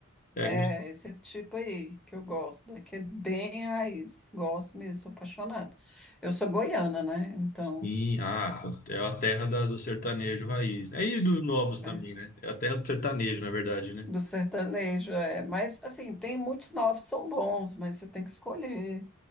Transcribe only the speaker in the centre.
É
esse tipo aí que eu gosto, daquele bem raiz. Gosto mesmo, sou apaixonada. Eu sou goiana, né? Então,
é,
do sertanejo, é. Mas, assim, tem muitos novos, são bons, mas você tem que escolher.